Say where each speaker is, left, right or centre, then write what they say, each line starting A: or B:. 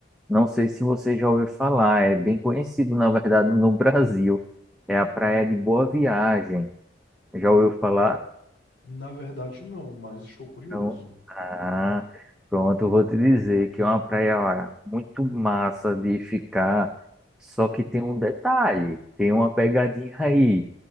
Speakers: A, in the centre; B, on the left.
A: Não sei se você já ouviu falar, é bem conhecido, na verdade, no Brasil. É a Praia de Boa Viagem. Já ouviu falar?
B: Na verdade, não, mas estou curioso.
A: Não. Ah, pronto, eu vou te dizer que é uma praia, ó, muito massa de ficar. Só que tem um detalhe, tem uma pegadinha aí,